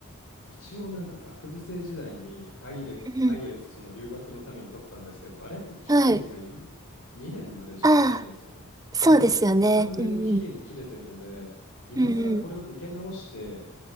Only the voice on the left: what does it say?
一応なんか学部生時代にアイレツ、
アイエルツその留学のために取ったんですけど、あれって期限がゆ2年までしかないんですよね。
でもう完全に期限切れてるので、
今更これを受け直して